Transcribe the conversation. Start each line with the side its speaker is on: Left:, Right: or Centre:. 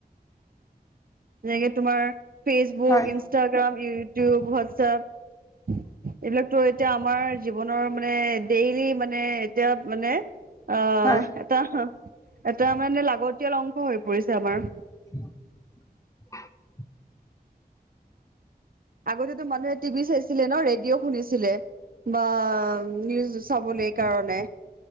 Right: যেনেকে তোমাৰ ফেচবুক,
Left: হয়
Right: ইনষ্টাগ্ৰাম, ইউটিউব, হোৱাটছএপ। এইবিলাকতো এতিয়া আমাৰ জীৱনৰ মানে ডেইলি মানে এতিয়া মানে, আহ
Left: হয়
Right: এটা এটা মানে লাগতিয়াল অংশ হৈ পৰিছে, আমাৰ
Left: <unintelligible>
Right: আগতেতো মানুহে টিভি বিচাইছে, ছিলে ন ৰেডিঅ' শুনিছিলে, বা নিউজ চাবলৈ কাৰণে।